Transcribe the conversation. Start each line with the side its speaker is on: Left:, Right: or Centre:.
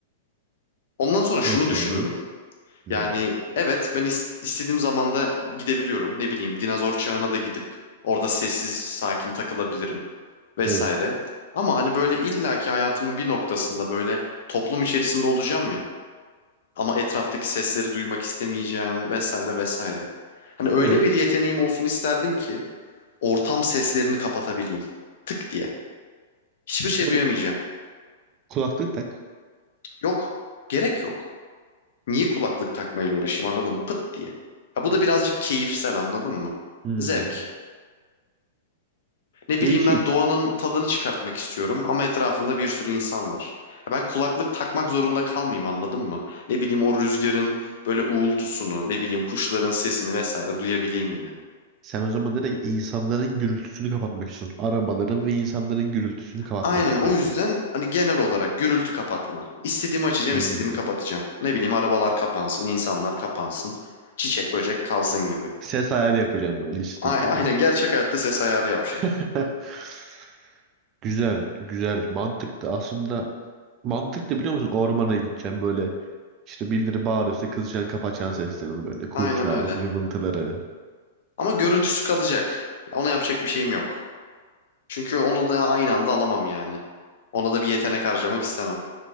Left: Ondan sonra şunu
Right: Nasıl
Left: düşündüm.
Right: yani? Hmm.
Left: Yani evet ben is- istediğim zamanda gidebiliyorum. Ne bileyim dinozor çağına da gidip orada sessiz sakin takılabilirim. vesaire.
Right: Evet.
Left: Ama hani böyle illaki hayatımın bir noktasında böyle toplum içerisinde olacağım ya. Ama etraftaki sesleri duymak istemeyeceğim vesaire vesaire. Hani öyle
Right: Evet.
Left: bir yeteneğim olsun isterdim ki ortam seslerini kapatabileyim. Tık diye. Hiçbir şey
Right: Bunu
Left: duyamayacağım.
Right: kulaklık tak.
Left: Yok. Gerek yok. Niye kulaklık takmayla uğraşayım anladın mı? Pıt diye. Ya bu da birazcık keyifsel anladın mı?
Right: Hmm.
Left: Zevk. Ne bileyim
Right: Değişik.
Left: ben doğanın tadını çıkartmak istiyorum ama etrafımda bir sürü insan var. Ya Ben kulaklık takmak zorunda kalmayayım anladın mı? Ne bileyim o rüzgarın böyle uğultusunu, ne bileyim kuşların sesini vesaire duyabileyim yani.
Right: Sen o zaman direkt insanların gürültüsünü kapatmak istiyorsun. Arabaların ve insanların gürültüsünü kapatmak
Left: Aynen
Right: istiyorsun.
Left: o yüzden hani genel olarak gürültü kapatma. İstediğimi açacağım,
Right: Hmm.
Left: istediğimi kapatacağım. Ne bileyim arabalar kapansın, insanlar kapansın, çiçek böcek kalsın gibi.
Right: Ses ayarı yapacağım böyle listing
Left: A-
Right: gibi.
Left: Aynen gerçek hayatta ses ayarı yapacağım.
Right: <laughs> Güzel, güzel. Mantıklı. Aslında mantıklı biliyor musun? Ormana gideceğim böyle. İşte birileri bağırıyorsa kızacaksın kapatacaksın seslerini böyle. Kuşlar,
Left: Aynen öyle.
Right: cıvıltıları.
Left: Ama görüntüsü kalacak. Ona yapacak bir şeyim yok. Çünkü onu da aynı anda alamam yani. Ona da bir yetenek harcamak istemem.